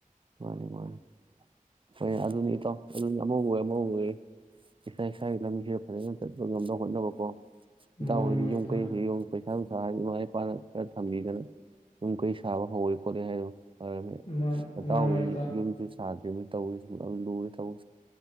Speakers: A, on the right; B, on the left.
A: ꯃꯥꯅꯤ ꯃꯥꯅꯤ ꯐꯣꯏ ꯑꯗꯨꯅꯤ ꯏꯇꯣ ꯑꯗꯨꯅꯤ ꯑꯃ ꯍꯧꯋꯦ ꯏꯁꯥ ꯏꯁꯥꯒꯤ ꯂꯝꯕꯤꯁꯦ ꯐꯖꯅ ꯆꯠꯄ ꯉꯝꯅꯕ ꯍꯣꯠꯅꯕꯀꯣ ꯗꯥ
B: ꯃꯥꯅꯤ
A: ꯍꯣꯏꯔꯤ
B: ꯃꯥꯅꯤ
A: ꯌ
B: ꯏꯇꯥꯎ
A: ꯀꯩ ꯍ ꯀꯩ ꯁꯥꯅꯨꯡꯁꯥ ꯏꯃꯥ ꯏꯄꯥꯅ ꯈꯔ ꯊꯝꯕꯤꯗꯅ ꯁꯨꯝ ꯀꯩ ꯁꯥꯕ ꯍꯧꯔꯦ ꯈꯣꯠꯂꯦ ꯍꯥꯏꯗꯣ ꯐꯔꯥꯅꯤ
B: ꯃꯥꯅꯤ
A: ꯑꯇꯥꯎꯋꯤ
B: ꯃꯥꯅꯤ ꯃꯥꯅꯤ ꯏꯇꯥꯎ
A: ꯌꯨꯝꯁꯤ ꯁꯥ ꯇꯧ ꯂꯔ ꯇꯧ